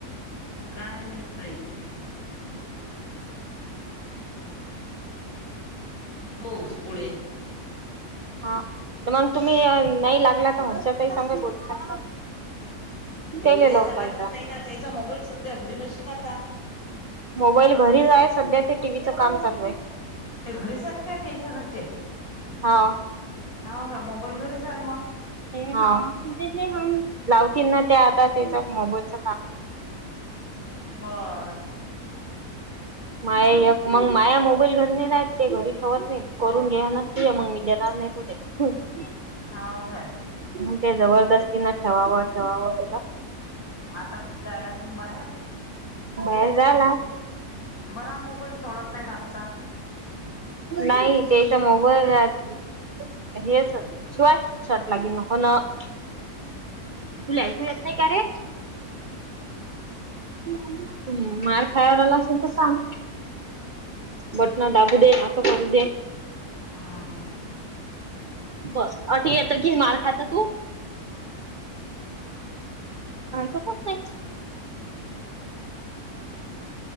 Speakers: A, on the left (about 70°); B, on the right (about 50°).
A: काय मिळतय. पाऊस पुढे.
B: हा मग तुम्ही नाही लागला तर हर्षताई संग बोलू शकता. तेले
A: त्याच
B: लावून पाहिचा
A: लागत नाही ना त्याचा मोबाईल सध्या घरी नशील आता.
B: मोबाईल घरीच आहे सध्या ते टीव्हीचं काम चालू आहे.
A: ते घरीच आहेत काय तेच्या घरचे.
B: हा.
A: हा का मोबाईल घरीच आहे मग.
B: हां लावती ना त्या आता, त्याच मोबाईलच काम.
A: बरं. <unintelligible>
B: माये एक मग माया मोबाईल घरी नाय राहत ते घरी ठेवत नाही करून घ्याना ते मग मी देणार नाही. हम्म.
A: हाव आहे.
B: मंग ते जबरदस्ती न ठेवावं ठेवावं त्याला.
A: आता जायला तून बाहेर
B: बाहेर जायला.
A: जरा मोबाईल सोडत नाही हातचा.
B: नाही तेचा मोबाईल अह <unintelligible> तुला ऐकू येत नाही का रे. तू मार खायला आला असशील तर सांग. बटन दाबू दे, असं करू दे.
A: हां.
B: बरं आत येत कि मार खात तू. ऐकतच नाही.
A: <unintelligible>